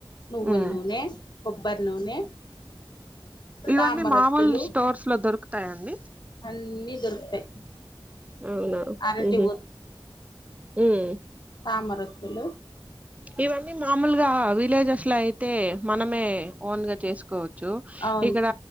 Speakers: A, on the left (about 55°); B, on the right (about 15°).
A: నువ్వూల్
B: ఉమ్
A: నూనె కొబ్బర్ నూనె
B: ఇవన్నీ
A: తామరొత్తులు
B: మామూలు స్టోర్స్ లో దొరుకుతాయండి
A: అన్నీ దొరుకుతాయి
B: అవునా
A: అరటి
B: ఉహు ఉమ్
A: తామరఒత్తులు
B: ఇవన్నీ మామూలుగా విలేజెస్ లో అయితే మనమే ఓన్ గా చేసుకోవ చ్చు
A: అవును
B: ఇక్కడ